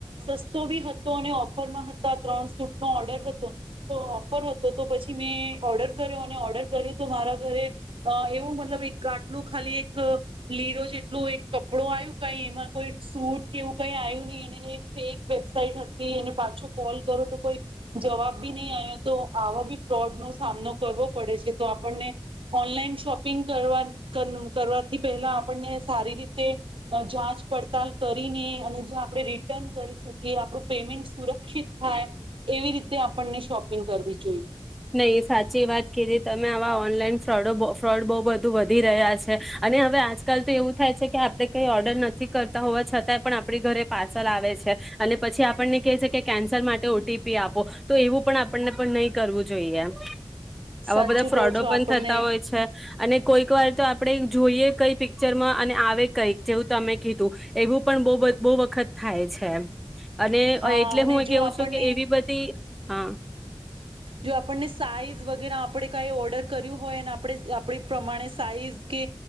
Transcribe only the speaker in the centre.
નહી સાચી વાત કીધી તમે આવા. ઓનલાઈન ફ્રોડો ફ્રોડ બહુ બધું વધી રહ્યા છે અને હવે આજકાલ તો એવું થાય છે કે આપણે કઈ ઓર્ડર નથી કરતા હોવા છતાંય પણ આપણી ઘરે પાર્સલ આવે છે અને પછી આપણને કહે છે કે કેન્સલ માટે ઓટીપી આપો તો એવું પણ આપણને પણ નહીં કરવું. જોઈએમ. આવા
બધા ફ્રોડો
પણ
થતા હોય છે અને. કોઈક વાર તો આપણે જોઈએ કઈ પિક્ચર માં અને આવે કઈક જેવું તમે કીધું એવું પણ બ બહુ વખત થાય છે. અને
એટલે
હું
કેવું
છું કે એવી બધી હાં.